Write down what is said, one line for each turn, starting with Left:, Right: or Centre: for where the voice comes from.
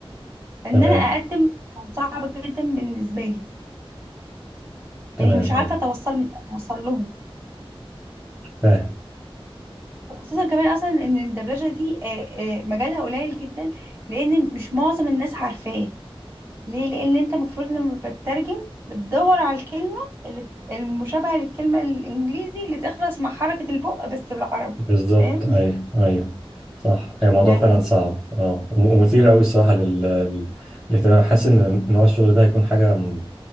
Right: فإن
Centre: تمام
Right: أنا أقدم كان صعب جدا بالنسبة لي
Centre: تمام
Right: يعني مش عارفة
Centre: ايوه
Right: أتوصل أتوصل لهم
Centre: فاهم
Right: وخصوصا كمان أصلا إن الدبلجة دي آه، آه، مجالها قليل جدا لأن مش معظم الناس عارفاه ليه لان انت المفروض لما بتترجم بتدور على الكلمه اللي المشابهه للكلمه الانجليزي اللي تخلص مع حركه البق بس بالعربي
Centre: بالظبط
Right: فاهم
Centre: ايوه ايوه صح هي موضوع
Right: يعني
Centre: فعلا صعب اه وم- ومثير قوي الصراحه لل... لل- للاهتمام حاسس ان نوع الشغل ده هيكون حاجه م-